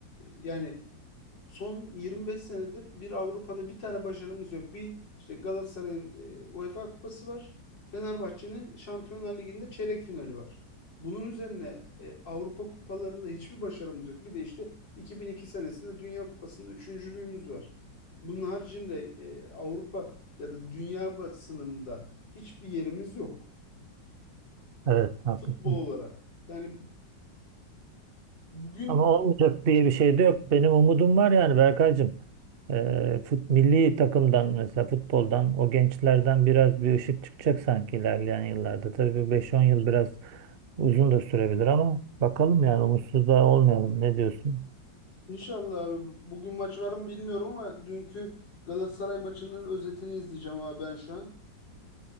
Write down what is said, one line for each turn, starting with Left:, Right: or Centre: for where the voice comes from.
Left: yani Son 25 senedir bir Avrupa'da bir tane başarımız yok. Bir işte Galatasaray'ın e, UEFA Kupası var. Fenerbahçe'nin Şampiyonlar Ligi'nde çeyrek finali var. Bunun üzerine e, Avrupa kupalarında hiçbir başarımız yok. Bir de işte 2002 senesinde Dünya Kupası'nda üçüncülüğümüz var. Bunun haricinde e, Avrupa ya da dünya basınında hiçbir yerimiz yok
Right: Evet, haklısın.
Left: futbol olarak. Yani bugün
Right: Ama olmayacak diye bir şey de yok. Benim umudum var yani Berkaycığım. Ee, fut, milli takımdan mesela futboldan o gençlerden biraz bir ışık çıkacak sanki ilerleyen yıllarda. Tabii bir beş on yıl biraz uzun da sürebilir ama bakalım yani umutsuz da olmayalım. Ne diyorsun?
Left: İnşallah abi. Bugün maç var mı bilmiyorum ama dünkü Galatasaray maçının özetini izleyeceğim abi ben şu an.